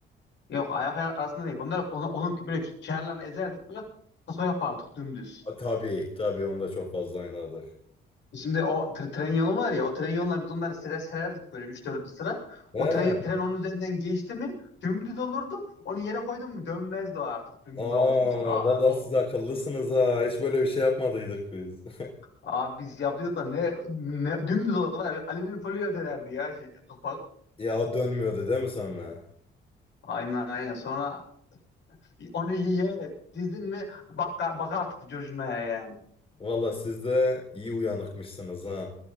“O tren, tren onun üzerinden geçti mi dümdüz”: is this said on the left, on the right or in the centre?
Left